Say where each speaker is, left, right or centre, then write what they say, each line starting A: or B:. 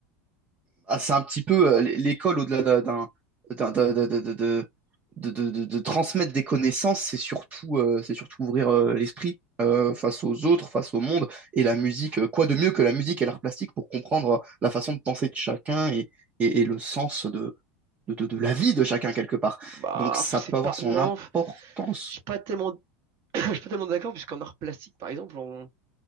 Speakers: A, on the right; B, on the right.
A: Ah, c'est un petit peu euh, l'é- l'école au-delà d'un, d'un- d'un- d'un- de, de, de- de- de- de- de transmettre des connaissances, c'est surtout, euh, c'est surtout ouvrir euh, l'esprit euh, face aux autres, face au monde. Et la musique, euh, quoi de mieux que la musique et l'art plastique pour comprendre euh, la façon de penser de chacun et, et, et le sens de, de, de, de la vie de chacun quelque part.
B: Bah,
A: Donc ça
B: c'est
A: peut avoir
B: pas,
A: son
B: non,
A: importance.
B: je suis pas tellement, <coughs> <clears throat> je suis pas tellement d'accord, puisqu'en art plastique, par exemple, on,